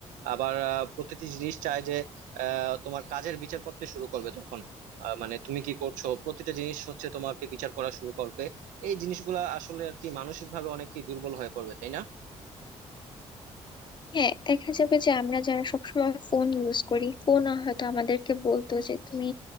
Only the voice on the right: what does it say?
আবার আহ, প্রতিটি জিনিস চায় যে আহ তোমার কাজের বিচার করতে শুরু করবে তখন আহ, মানে তুমি কি করছো প্রতিটা জিনিস হচ্ছে তোমাকে বিচার করা শুরু করবে এই জিনিসগুলা আসলে আর কি মানসিক ভাবে অনেকেই দুর্বল হয়ে পড়বে তাই না